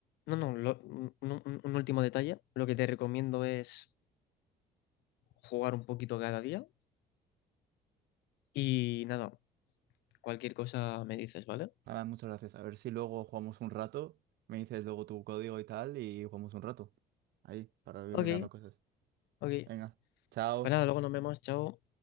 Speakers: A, on the left; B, on the right.
A: No, no, lo- un, un- un último detalle. Lo que te recomiendo es jugar un poquito cada día y nada, cualquier cosa me dices, ¿vale?
B: nada, muchas gracias. A ver si luego jugamos un rato, me dices luego tu código y tal y jugamos un rato. Ahí, para ir
A: Ok,
B: mirando cosas.
A: ok.
B: Venga, chao.
A: Pues nada, luego nos vemos, chao.